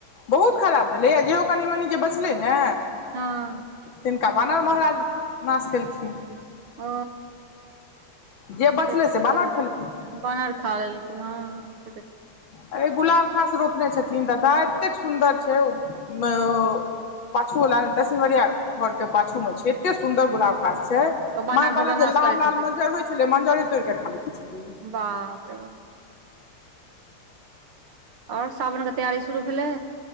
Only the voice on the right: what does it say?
हँ
ओ
से तऽ ठीके
बानर खा लेलकै हँ से तऽ
बानर
सब
नाश
करैत
हेतै
बाप रे बाप आओर साावनके तैयारी शुरू भेलै